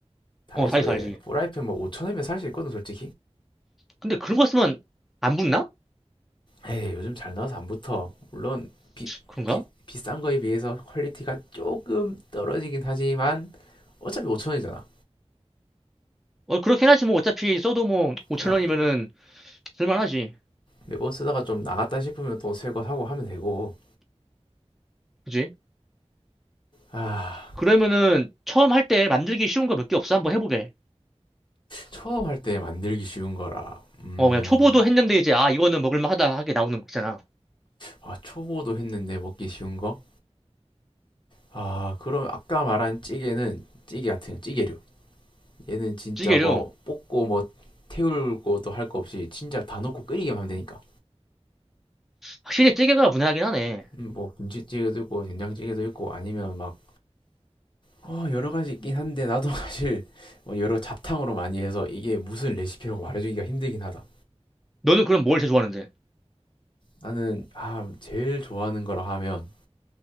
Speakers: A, on the left; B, in the centre.
A: 다이소에
B: 어 다시 살지.
A: 프라이팬 뭐 5천원이면 살 수 있거든 솔직히.
B: 근데 그런 거 쓰면 안 붙나?
A: 에이 요즘 잘 나와서 안 붙어. 물론 비,
B: 그런가?
A: 비, 비싼 거에 비해서 퀄리티가 조금 떨어지긴 하지만 어차피 5천원이잖아.
B: 어 그렇긴 하지 뭐 어차피 써도 뭐 5천
A: 그냥
B: 원이면은 쓸만하지.
A: 매번 쓰다가 좀 나갔다 싶으면 또 새거 사고 하면 되고.
B: 그지?
A: 아
B: 그러면은 처음 할때 만들기 쉬운 거 몇개 없어? 한번 해보게.
A: 처음 할 때 만들기 쉬운 거라. 음
B: 어 그냥 초보도 했는데 이제 아 이거는 먹을만하다 하게 나오는 거 있잖아.
A: 아, 초보도 했는데 먹기 쉬운 거? 아, 그럼 아까 말한 찌개는 찌개 같은 거, 찌개류. 얘는 진짜
B: 찌개류.
A: 뭐 볶고 뭐 태울고도 할 거 없이 진짜 다 넣고 끓이기만 하면 되니까.
B: 확실히 찌개가 무난하긴 하네.
A: 음, 뭐 김치찌개도 있고 된장찌개도 있고 아니면 막 어, 여러 가지 있긴 한데 나도 <laughs> 사실 뭐 여러 잡탕으로 많이 해서 이게 무슨 레시피라고 말해주기가 힘들긴 하다.
B: 너는 그럼 뭘 제일 좋아하는데?
A: 나는 아, 제일 좋아하는 거라 하면